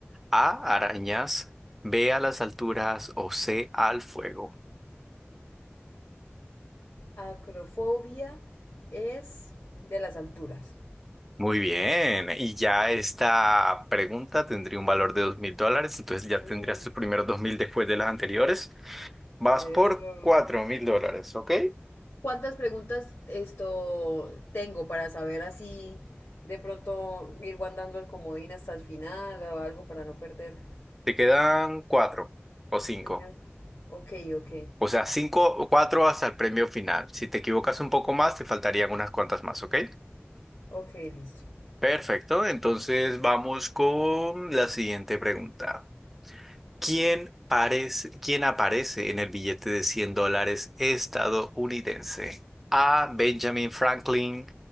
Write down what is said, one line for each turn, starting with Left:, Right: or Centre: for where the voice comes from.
Centre: A, arañas, B, a las alturas o C, al fuego.
Left: Acrofobia es de las alturas.
Centre: Muy bien. Y ya esta pregunta tendría un valor de dos mil dólares. Entonces ya
Left: Uh,
Centre: tendrías tus primeros dos mil después de las anteriores. Vas
Left: debe
Centre: por
Left: ser-
Centre: cuatro mil dólares, ¿ok?
Left: ¿Cuántas preguntas esto tengo para saber así de pronto ir guardando el comodín hasta el final o algo para no perder?
Centre: Te quedan cuatro o cinco.
Left: Me quedan. Ok, ok.
Centre: O sea, cinco o cuatro hasta el premio final. Si te equivocas un poco más, te faltarían unas cuantas más, ¿ok?
Left: Ok, listo.
Centre: Perfecto. Entonces vamos con la siguiente pregunta. ¿Quién parece, quién aparece en el billete de 100 dólares estadounidense? A. Benjamin Franklin.